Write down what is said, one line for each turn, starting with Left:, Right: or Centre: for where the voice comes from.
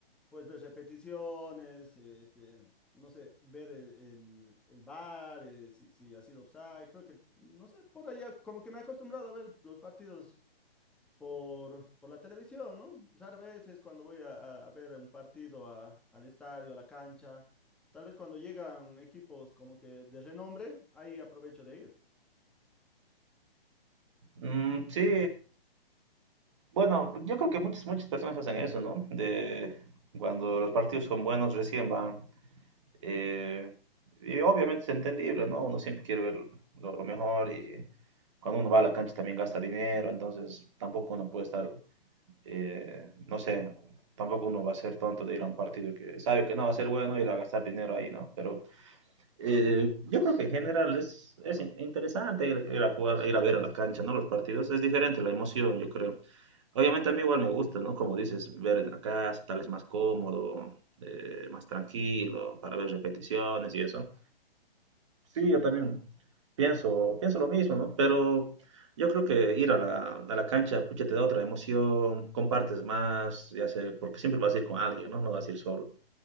Centre: puedes ver repeticiones, eh, este, no sé, ver el, el, el VAR, eh, si, si ha sido offside. Creo que, no sé, por allá, como que me he acostumbrado a ver los partidos por, por la televisión, ¿no? Raras veces cuando voy a, a- a ver un partido a- al estadio, a la cancha, tal vez cuando llegan equipos como que de renombre, ahí aprovecho de ir.
Right: Mm, sí, bueno, yo creo que muchas, muchas personas hacen eso, ¿no? De cuando los partidos son buenos recién van. eh, y obviamente es entendible, ¿no? Uno siempre quiere ver lo, lo mejor y cuando uno va a la cancha también gasta dinero, entonces tampoco uno puede estar, eh, no sé, tampoco uno va a ser tonto de ir a un partido que sabe que no va a ser bueno y ir a gastar dinero ahí, ¿no? Pero Eh, yo creo que en general es, es in- interesante ir, ir a jugar, ir a ver a la cancha, ¿no? Los partidos. Es diferente la emoción, yo creo. Obviamente a mí igual me gusta, ¿no? Como dices, ver en la casa, tal es más cómodo, eh, más tranquilo, para ver repeticiones y eso. Sí, yo también pienso, pienso lo mismo, ¿no? Pero yo creo que ir a la, a la cancha, pucha, te da otra emoción, compartes más, ya sé, porque siempre vas a ir con alguien, ¿no? No vas a ir solo